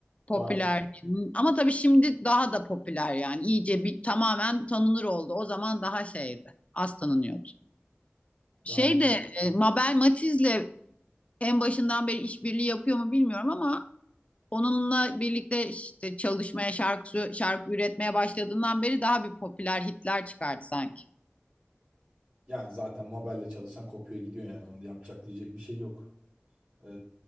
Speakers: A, on the left (about 30°); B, on the right (about 50°).
A: popüler.
B: Vay be.
A: Ama tabii şimdi daha da popüler yani. İyice bir tamamen tanınır oldu. O zaman daha şeydi. Az tanınıyordu. Şey
B: Yani,
A: de e, Mabel Matiz'le en başından beri işbirliği yapıyor mu bilmiyorum ama Onunla birlikte işte çalışmaya, şarkı şarkı üretmeye başladığından beri daha bir popüler hitler çıkardı sanki.
B: yani zaten Mabel'le çalışan kopuyor gidiyor yani. Onu da yapacak diyecek bir şey yok. Ee,